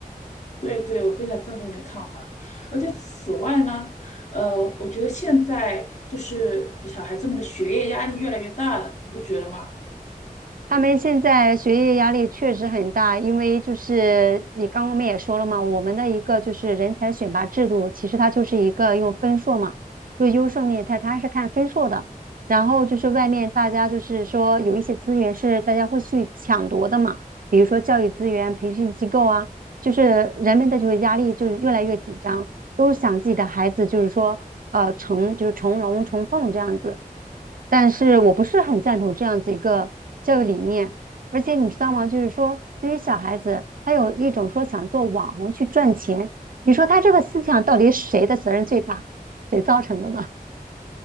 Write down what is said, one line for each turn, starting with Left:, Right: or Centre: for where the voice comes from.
Left: 对对，我非常赞同你的看法。而且此外呢，呃，我觉得现在就是小孩子们的学业压力越来越大了，你不觉得吗？
Right: 他们现在学业压力确实很大，因为就是你刚刚我们也说了嘛，我们的一个就是人才选拔制度，其实它就是一个用分数嘛，就优胜劣汰，它是看分数的。然后就是外面大家就是说有一些资源是大家会去抢夺的嘛，比如说教育资源、培训机构啊，就是人们的就是压力就是越来越紧张，都想自己的孩子就是说呃成就是成龙成凤这样子。但是我不是很赞同这样子一个教育理念。而且你知道吗？就是说，对于小孩子，他有一种说想做网红去赚钱，你说他这个思想到底谁的责任最大？谁造成的呢？